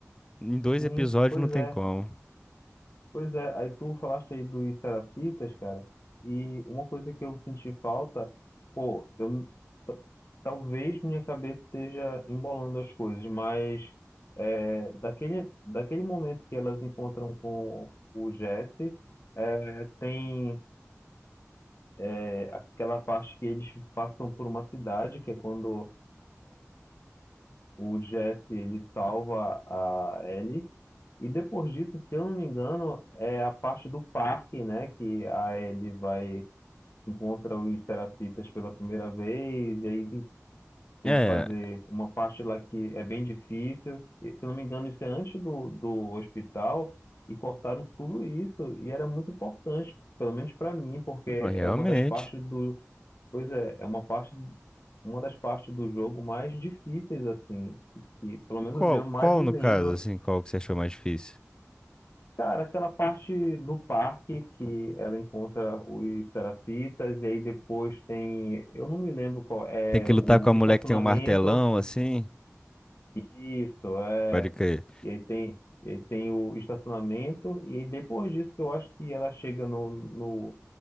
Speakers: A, on the left; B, on the left.
A: Em dois
B: sim,
A: episódios
B: pois
A: não tem
B: é,
A: como.
B: pois é. Aí tu falaste aí dos Serafitas, cara, e uma coisa que eu senti falta, pô, eu, t- talvez minha cabeça esteja embolando as coisas, mas é, daquele, daquele momento que elas encontram com o Jesse, é, tem. é aquela parte que eles passam por uma cidade, que é quando o Jesse ele salva a Ellie. E depois disso, se eu não me engano, é a parte do parque, né? Que a Ellie vai encontra os Serafitas pela primeira vez, e aí tem
A: É,
B: que fazer uma parte lá que é bem difícil. E, se eu não me engano, isso é antes do, do hospital, e cortaram tudo isso, e era muito importante, pelo menos para mim, porque é
A: não, realmente.
B: uma das partes do, Pois é, é uma parte, uma das partes do jogo mais difíceis, assim, que, que pelo menos
A: Qual,
B: eu mais
A: qual
B: me
A: no
B: lembro.
A: caso, assim, qual que você achou mais difícil?
B: Cara, aquela parte do parque que ela encontra os Serafitas, e aí depois tem, eu não me lembro qual, é
A: Tem que lutar
B: o
A: com a mulher
B: estacionamento,
A: que tem um martelão, assim?
B: isso, é,
A: Pode crer.
B: e aí tem, e aí tem o estacionamento, e aí depois disso que eu acho que ela chega no, no,